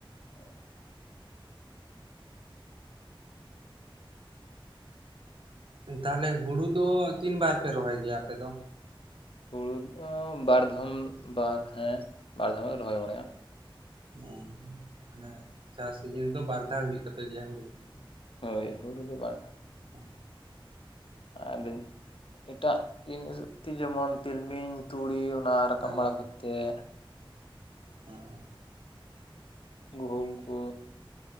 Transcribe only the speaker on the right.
ᱛᱟᱦᱞᱮ ᱦᱩᱲᱩ ᱫᱚ ᱛᱤᱱ ᱵᱟᱨ ᱯᱮ ᱨᱚᱦᱚᱭ ᱜᱮᱭᱟ ᱟᱯᱮ ᱫᱚ?
ᱦᱚᱸ ᱢᱟᱱᱮ ᱪᱟᱥ ᱥᱤᱡᱤᱱ ᱫᱚ ᱵᱟᱨ ᱫᱷᱟᱣ ᱦᱩᱭᱩᱜ ᱛᱟᱯᱮ ᱜᱮᱭᱟ ᱦᱩᱲᱩ,
ᱦᱚᱸ,
ᱦᱮᱸ
ᱦᱮᱸ